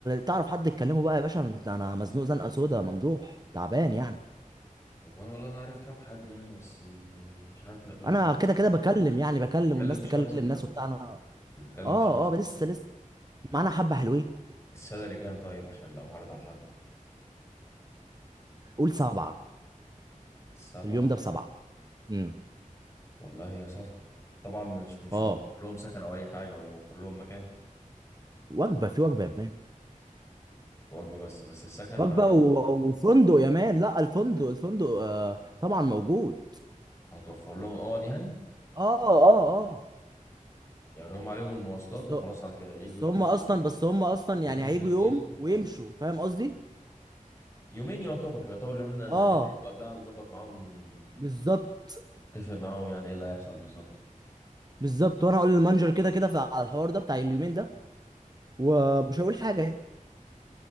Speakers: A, on the right; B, on the left.
A: تعرف حد تكلمه بقى يا باشا انا أنا مزنوق زنقه سودا ممدوح تعبان يعني
B: وانا والله انا عارف كام حد يعني بس مش عارف هيقدروا
A: انا
B: يدوس
A: كده كده بكلم يعني بكلم
B: بتتكلم
A: والناس
B: في
A: تكلم
B: شهر 6
A: ناس وبتاع انا
B: بتتكلم
A: اه
B: في شهر 6
A: اه لسه لسه معانا حبه حلوين
B: السالري كام طيب عشان لو هعرض على حد
A: قول سبعه
B: سبعة
A: اليوم ده بسبعه امم
B: والله هي صفقة طبعا مش مش
A: اه
B: موفر لهم سكن او اي حاجة ولا موفر لهم مكان
A: وجبه في وجبه يا مان
B: وجبة بس بس السكن
A: وجبه
B: عليهم
A: و- وفندق يا مان لا الفندق الفندق آه طبعا موجود
B: هتوفر لهم اوض يعني
A: اه اه اه
B: يعني هم عليهم المواصلات
A: بس
B: وخلاص على كده يجوا
A: بس
B: يحضروا
A: هم اصلا
B: اليوم
A: بس هم اصلا
B: بدلتهم
A: يعني هيجوا
B: بدنيتهم
A: يوم
B: وخلاص
A: ويمشوا فاهم قصدي
B: يومين يعتبر يعتبر يومين لان
A: اه
B: اكيد هيجوا قبلها نظبط معاهم
A: بالظبط
B: نتفق معاهم يعني ايه اللي هيحصل بالظبط
A: بالظبط وانا هقول للمانجر كده كده في- على الحوار ده بتاع اليومين ده ومش هقول حاجه يعني